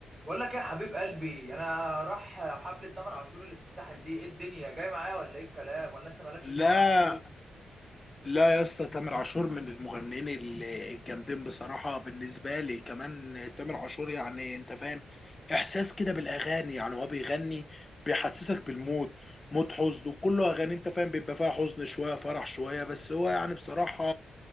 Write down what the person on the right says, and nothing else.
بقول لك ايه يا حبيب قلبي انا راح حفلة تامر عاشور اللي في الساحل دي ايه الدنيا جاي معايا ولا ايه الكلام ولا انت مالكش
في تامر عاشور